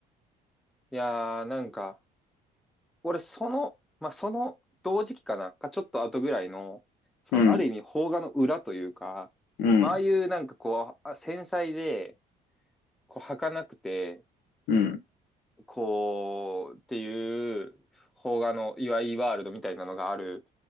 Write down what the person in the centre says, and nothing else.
いやー、なんか、俺、その、まあ、その同時期かな、かちょっと後ぐらいの、その、
ある意味、邦画の裏というか、
まあ、ああいうなんかこう、あ繊細で、こう、儚くて、
こう、っていう、邦画の、いわゆるワールドみたいなのがある